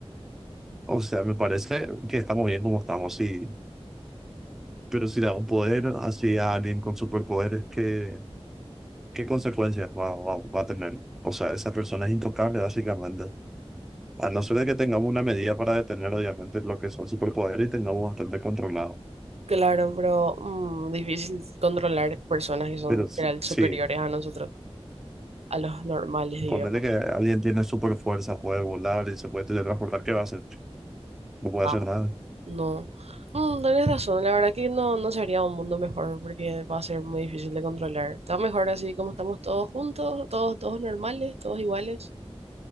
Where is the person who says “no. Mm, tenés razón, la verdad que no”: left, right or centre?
Right